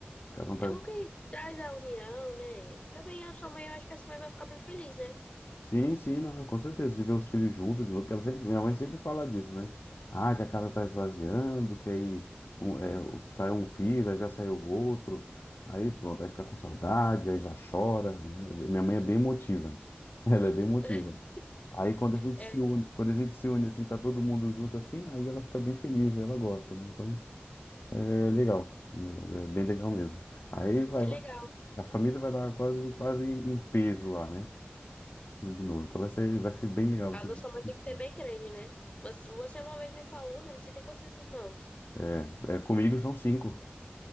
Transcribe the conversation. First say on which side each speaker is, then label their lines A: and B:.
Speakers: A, on the left (about 70°); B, on the left (about 30°).
A: cada um traz.
B: é bom que traz a união, né? E também a sua mãe, eu acho que a sua mãe vai ficar bem feliz, né?
A: Sim, sim, não, com certeza, de ver os filhos juntos de novo, porque ela sempre, minha mãe sempre fala disso, né? Ah, que a casa tá esvaziando, que aí um, é, o- saiu um filho, aí já saiu outro, aí pronto, aí fica com saudade, aí já chora. Minha mãe é bem emotiva, <laughs> ela é bem emotiva.
B: <laughs>
A: Aí quando a gente
B: É,
A: se une, quando a gente se une assim, tá todo mundo junto assim, aí ela fica bem feliz, ela gosta, né? Então é legal, legal, é bem legal mesmo. Aí vai,
B: que legal.
A: vai- a família vai dar quase, quase em peso lá, né? né, de novo. Então vai ser, vai ser bem legal, vai
B: A
A: ser
B: casa
A: bem
B: da sua mãe
A: divertido.
B: tem que ser bem grande, né? Você, você uma vez me falou, né? Você tem quantos irmãos?
A: É, é, comigo são cinco.